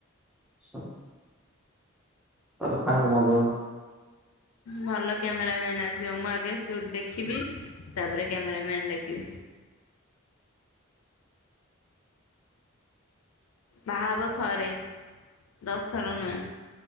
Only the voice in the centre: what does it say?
<unintelligible> ତାହେଲେ କାହା କୁ ମଗେଇବ?